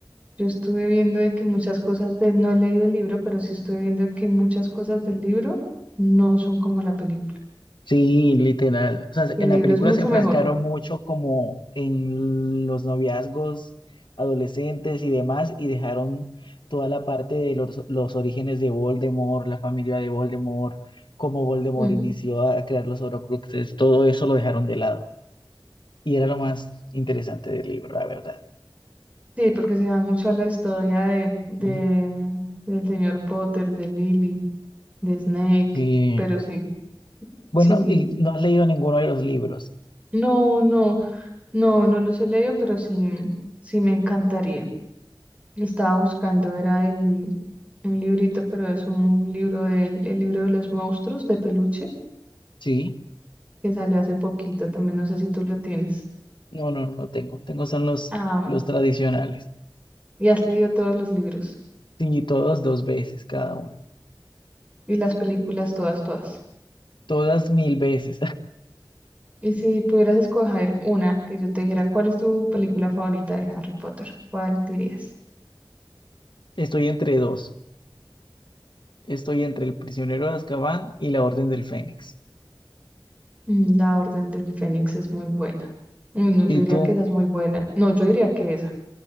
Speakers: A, on the right (about 15°); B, on the left (about 70°).
A: Yo estuve viendo de que muchas cosas de, no he leído el libro, pero sí estuve viendo que muchas cosas del libro no son como la película.
B: Sí, literal. O sea,
A: El
B: en la
A: libro
B: película
A: es mucho
B: se enfrascaron
A: mejor.
B: mucho como en los noviazgos adolescentes y demás y dejaron toda la parte de los, los orígenes de Voldemort, la familia de Voldemort, cómo Voldemort
A: Mm,
B: inició a crear los Horcruxes, todo eso lo dejaron de lado. Y era lo más interesante del libro, la verdad.
A: Sí, porque se dan mucho a la historia de, de,
B: Y,
A: del señor Potter, de Lily, de Snake,
B: y,
A: pero sí,
B: bueno,
A: sí,
B: ¿y no has leído ninguno de los libros?
A: no, no, no, no los he leído, pero sí, sí me encantaría. Estaba buscando, era el, un librito, pero es un libro del, el libro de los monstruos de peluche,
B: Sí.
A: que salió hace poquito, también no sé si tú lo tienes.
B: No, no, no tengo. Tengo son los,
A: Ah, bueno,
B: los tradicionales.
A: y has leído todos los libros
B: Sí, todos dos veces cada uno.
A: y las películas, todas, todas.
B: Todas mil veces.
A: Y si pudieras escoger una, que yo te dijera, ¿cuál es tu película favorita de Harry Potter? ¿Cuál dirías?
B: <laughs> Estoy entre dos. Estoy entre El prisionero de Azkaban y La Orden del Fénix.
A: Mm, La Orden del Fénix es muy buena. Uy, no, yo
B: ¿Y
A: diría
B: tú?
A: que esa es muy buena. No, yo diría que esa.